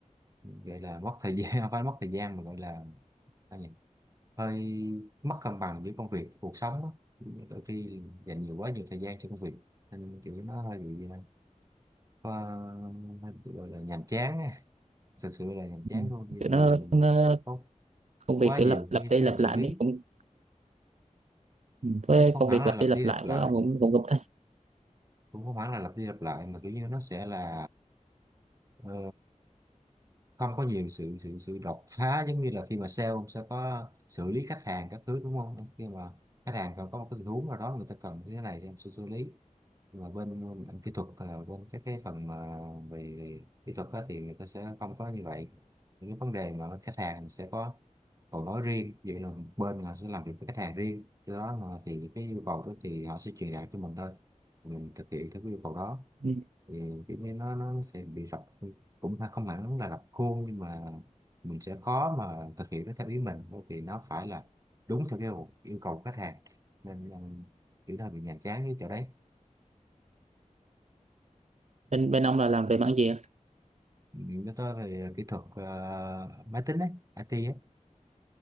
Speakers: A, on the right; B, on the right.
A: gọi là mất thời gian <laughs> không phải mất thời gian mà gọi là sao nhỉ? hơi mất cân bằng giữa công việc và cuộc sống á. đôi khi dành nhiều quá nhiều thời gian cho công việc nên kiểu nó hơi bị ờ, hơi bị gọi là nhàm chán á. thực sự là nhàm chán
B: Ừ.
A: luôn vì
B: Kiểu nó,
A: mình
B: nó
A: có
B: công
A: có
B: việc
A: quá
B: kiểu
A: nhiều
B: lặp lặp
A: cái
B: đi
A: thứ
B: lặp
A: phải xử
B: lại
A: lý
B: mấy cũng với
A: không
B: công
A: hẳn
B: việc
A: là
B: lặp
A: lặp
B: đi lặp
A: đi lặp
B: lại
A: lại
B: của ông cũng cũng gặp thấy
A: cũng không hẳn là lặp đi lặp lại mà kiểu như nó sẽ là ờ, không có nhiều sự sự sự đột phá giống như là khi mà sale ông sẽ có xử lý khách hàng các thứ đúng không khi mà khách hàng còn có một cái tình huống nào đó người ta cần cái này thì em sẽ xử lý Nhưng mà bên bên kỹ thuật là bên cái cái phần mà về, về kỹ thuật á, thì người ta sẽ không có như vậy những cái vấn đề mà bên khách hàng sẽ có cầu nói riêng vậy là bên họ sẽ làm việc với khách hàng riêng do đó là thì cái yêu cầu đó thì họ sẽ truyền đạt cho mình thôi mình thực hiện theo cái yêu cầu đó
B: Ừ.
A: thì kiểu như nó nó sẽ bị rập cũng không hẳn là rập khuôn nhưng mà mình sẽ khó mà thực hiện nó theo ý mình bởi vì nó phải là đúng theo cái yêu yêu cầu của khách hàng nên là kiểu là bị nhàm chán cái chỗ đấy
B: bên bên ông là làm về mảng gì ạ?
A: Ừ, Nói tới về kỹ thuật ờ, máy tính ấy, IT ấy,